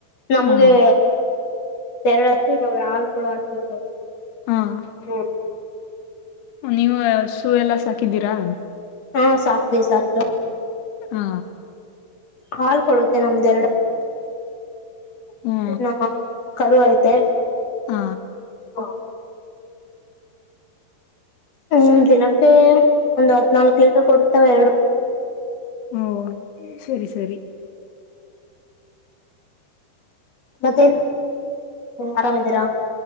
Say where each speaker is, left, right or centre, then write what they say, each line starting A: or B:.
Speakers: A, on the left (about 40°); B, on the left (about 75°).
A: ನಮ್ಗೆ.
B: ಹಾ
A: ಎರಡು ಹಸು ಇದಾವೆ ಹಾಲು ಕೊಡುವ ಹಸುಗಳು.
B: ಹಾ.
A: ಹು
B: ನೀವು ಹಸು ಎಲ್ಲಾ ಸಾಕಿರಿ. ಹಕ್ಕಿದ್ದೀರಾ.
A: ಹಾ ಸಾಕ್ವಿ ಸಾಕಿದ್ವಿ
B: ಹಾ.
A: ಹಾಲ್ ಕೊಡುತ್ತೆ ನಮ್ದ ಎರಡು.
B: ಹ್ಮ.
A: ನಾ ಒಂದು ಕರು ಐತೆ
B: ಹ.
A: ಹಾ. ಹ್ಮ್ ದಿನಕ್ಕೆ ಒಂದ್ ಹದ್ನಾಲ್ಕ್ ಲೀಟರ್ ಕೊಡ್ತವೆ ಎರಡು.
B: ಹ್ಮ. ಸರಿ ಸರಿ
A: ಮತ್ತ ಆರಾಮ್ ಇದೀರಾ.